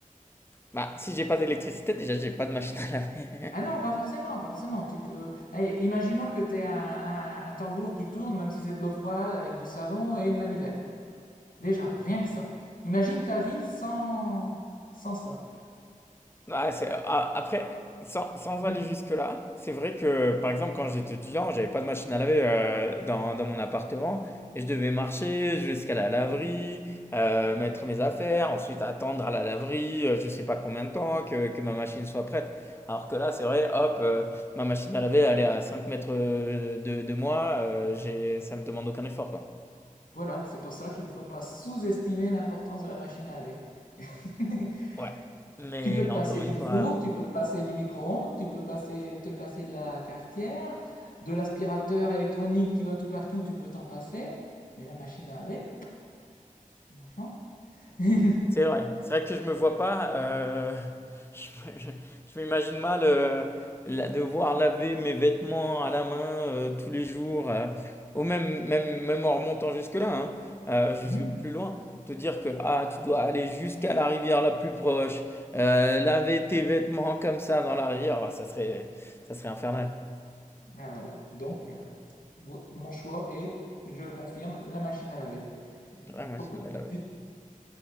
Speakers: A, on the left (about 15°); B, on the left (about 80°).
A: Bah, si j'ai pas d'électricité, déjà j'ai pas de machine à laver.
B: Ah non, pas forcément, pas forcément. Tu peux. Allez, imaginons que tu aies un, un- un tambour qui tourne, même si c'est de l'eau froide, avec du savon et une manivelle. Déjà, rien que ça. Imagine ta vie sans, sans ça.
A: Ah, c'est- ah, après, sans, sans
B: <laughs>
A: aller jusque-là, c'est vrai que, par exemple, quand j'étais étudiant, j'avais pas de machine à laver euh, dans, dans mon appartement et je devais marcher jusqu'à la laverie, euh, mettre mes affaires, ensuite attendre à la laverie, euh, je sais pas combien de temps, que, que ma machine soit prête. Alors que là, c'est vrai, hop, euh, ma machine à laver, elle est à 5 mètres euh, de, de moi, euh, j'ai, ça me demande aucun effort, quoi.
B: Voilà, c'est pour ça qu'il ne faut pas sous-estimer l'importance de la machine à laver. <laughs>
A: Ouais. Mais
B: Tu peux te
A: encore
B: passer
A: une
B: du
A: fois.
B: four, tu peux te passer du micro-ondes, tu peux passer, te passer de la cafetière, de l'aspirateur électronique qui va tout partout, tu peux t'en passer. Mais la machine à laver, franchement. <laughs>
A: C'est vrai. C'est vrai que je me vois pas. euh, <laughs> je me- je- je m'imagine mal euh, la, devoir laver mes vêtements à la main euh, tous les jours, euh, ou même, même, même en remontant jusque-là, hein, euh, jusque
B: Mhm.
A: plus loin, te dire que ah, tu dois aller jusqu'à la rivière la plus proche, euh, laver tes vêtements comme ça dans la rivière, bah, ça serait, ça serait infernal.
B: Ben voilà. Donc, euh, vo- mon choix est, je confirme, la machine à laver.
A: Ouais, moi,
B: Pourquoi
A: j'aime bien laver.
B: tu-